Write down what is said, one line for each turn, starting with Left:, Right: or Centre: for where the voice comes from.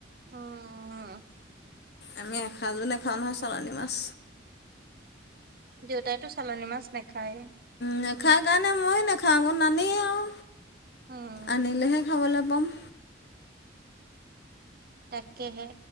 Right: অহ।
Left: আমি এসাঁজো নাখাওঁ নহয় চালানী মাছ।
Right: দেউতাইটো চালনী মাছ নাখায়েই।
Left: নাখায় কাৰণে মইও নাখাওঁ আকৌ নানেই আও
Right: উম,
Left: আনিলেহে খাবলৈ প'ম
Right: তাকেহে।